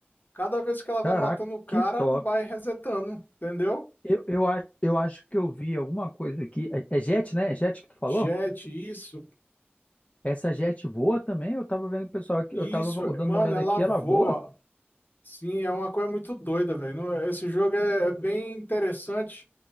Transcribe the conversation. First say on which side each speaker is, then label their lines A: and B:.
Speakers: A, on the left; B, on the left.
A: Cada vez que ela vai
B: Caraca,
A: matando o cara,
B: que top.
A: vai resetando, entendeu?
B: Eu, eu, acho, eu acho que eu vi alguma coisa aqui. É, é Jet, né? É Jet que tu falou?
A: Jet, isso,
B: Essa Jet voa também? Eu tava vendo o pessoal aqui,
A: isso,
B: eu tava dando
A: mano,
B: uma olhada
A: ela
B: aqui,
A: voa.
B: ela voa?
A: Sim, é uma coisa muito doida, velho. Não- Esse jogo é, é bem interessante,